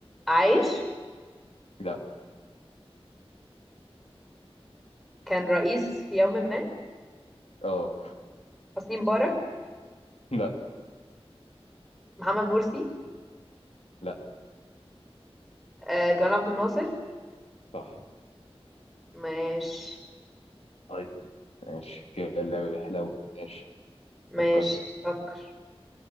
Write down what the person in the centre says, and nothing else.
عايش
كان رئيس في يوم ما
حسني مبارك
محمد مرسي
آه جمال عبد الناصر
ماشي
ماشي
فكر